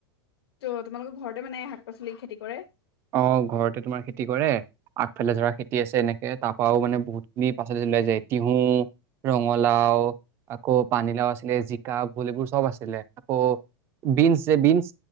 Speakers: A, on the left; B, on the right.
A: ত তোমালোকৰ ঘৰতে মানে শাক-পাচলি খেতি কৰে।
B: অ ঘৰতে তোমাৰ খেতি কৰে আগফালে ধৰা খেতি আছে এনেকে তাৰ পৰাও মানে বহুত খিনি পাচলি ওলাই যায় তিহু ৰঙালাও আকৌ পানীলাও আছিলে জিকা ভুল এইবোৰ চ'ব আছিলে। আকৌ বিনচ যে বিনচ